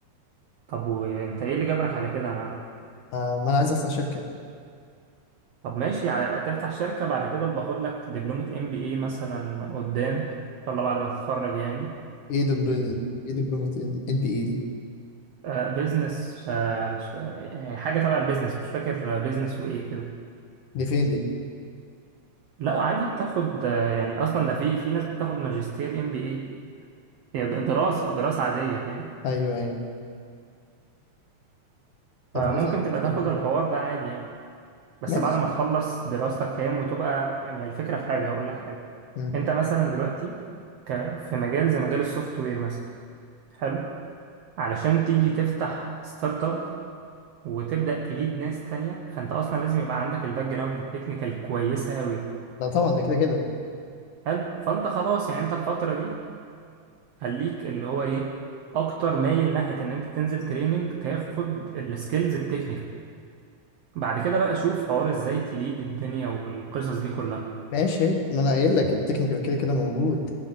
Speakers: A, on the right; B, on the left.
A: طب وانت ايه اللي جبرك على كده يا معلم
B: آه، ما انا عايز افتح شركة
A: طب ماشي ع- تفتح شركة بعد كده باخد لك دبلومة ام بي اي مثلا قدام ان شاء الله بعد ما تتخرج يعني
B: ايه دبلومة ايه دبلومة ان بي اي دي
A: وبزنس مش آه، حاجة تبع البيزنس مش فاكر بيزنس وايه كده
B: دي فين دي
A: لا عادي بتاخد آه، يعني اصلا ده في في ناس بتاخد ماجستير ام بي اي هي د- دراسة دراسة عادية فاهم
B: ايوه ايوه طب
A: فممكن
B: كويس انك
A: تبقى
B: عرفتنا
A: تاخد
B: ده
A: الحوار ده عادي يعني بس
B: ماشي
A: بعد ما تخلص دراستك فاهم وتبقى ما هي الفكرة في حاجة هقول لك حاجة
B: مم.
A: انت مثلا دلوقتي ك... في مجال زي مجال السوفت وير مثلا حلو علشان تيجي تفتح ستارت اب وتبدأ تليد ناس تانية فانت اصلا لازم يبقى عندك الباك جراوند التكنيكال كويسة قوي
B: لا طبعا ده كده كده
A: حلو فانت خلاص يعني انت الفترة دي خليك اللي هو ايه اكتر مايل ناحية ان انت تنزل تريننج تاخد السكيلز التكنيكال بعد كده بقى شوف حوار ازاي تليد الدنيا والقصص دي كلها
B: ماشي ما انا قايل لك التكنيكال كده كده موجود